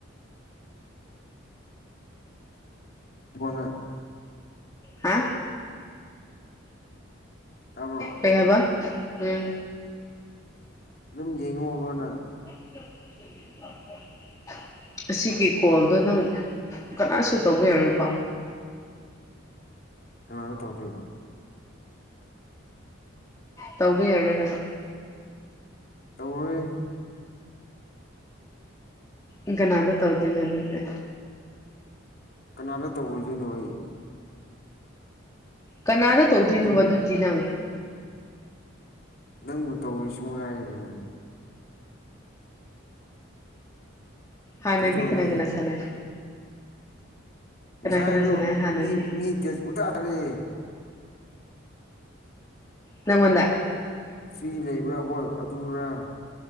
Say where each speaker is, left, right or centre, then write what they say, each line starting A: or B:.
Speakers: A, on the left; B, on the left.
A: ꯀꯣꯟꯅꯥ
B: ꯍꯥ
A: ꯇꯥꯕ꯭ꯔꯣ
B: ꯀꯩꯍꯥꯏꯕ ꯎꯝ
A: ꯑꯗꯨꯝ ꯌꯦꯡꯉꯣꯕ ꯅꯪ
B: <unintelligible> ꯑꯁꯤꯒꯤ ꯀꯣꯜꯗꯣ ꯅꯪ ꯀꯅꯥꯁꯨ ꯇꯧꯕ ꯌꯥꯔꯣꯏꯀꯣ
A: ꯀꯅꯥꯗ ꯇꯧꯗꯣꯏꯕ
B: ꯇꯧꯕ ꯌꯥꯔꯣꯏ ꯍꯥꯏꯕ
A: ꯇꯧꯔꯣꯏꯍꯦ
B: ꯏ ꯀꯅꯥꯗꯥ ꯇꯧꯗꯣꯏꯅꯣ ꯑꯗꯨꯗꯤ
A: ꯀꯅꯥꯗ ꯇꯧꯔꯨꯗꯣꯏꯅꯣ ꯑꯩ
B: ꯀꯅꯥꯗ ꯇꯧꯗꯣꯏꯅꯣꯕ
A: ꯅꯪꯕꯨ
B: ꯑꯗꯨꯗꯤ ꯅꯪ
A: ꯅꯪꯕꯨ ꯇꯧꯔꯤꯁꯨ ꯅꯨꯡꯉꯥꯏꯔꯦ ꯀꯩꯅꯣ
B: ꯍꯥꯥꯟꯅꯗꯤ
A: ꯀꯩꯁꯨ ꯇꯧꯗꯦ
B: ꯀꯅꯥ ꯀꯅꯥ ꯁꯅꯩ
A: ꯉꯁꯥꯏꯁꯨ
B: ꯀꯅꯥ ꯁꯥꯟꯅꯩ ꯍꯥꯟꯅꯗꯤ
A: ꯃꯤ ꯃꯤ ꯇꯦꯛꯁ ꯄꯪꯊꯥ ꯊꯥꯔꯛꯏ
B: ꯅꯪꯉꯣꯟꯗ
A: ꯐ꯭ꯔꯤ ꯂꯩꯕ꯭ꯔꯥ ꯍꯣꯏ ꯑꯗꯨꯔꯥ